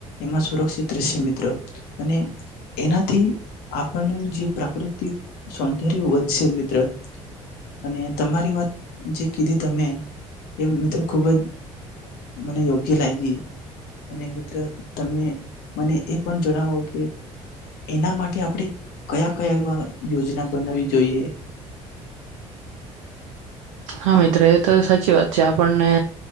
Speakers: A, on the left (about 65°); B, on the right (about 75°).
A: એમાં સુરક્ષિત રહેશે મિત્ર અને એનાથી આપણને જે પ્રાકૃતિક સૌંદર્ય વધશે મિત્ર અને તમારી વાત જે કીધી તમે એ મિત્રો ખૂબ જ મને યોગ્ય લાગી અને મિત્ર તમે મને એ પણ જણાવો કે એના માટે આપણે કયા કયા એવા યોજના બનાવી જોઈએ
B: હા મિત્ર એ તો સાચી વાત છે આપણને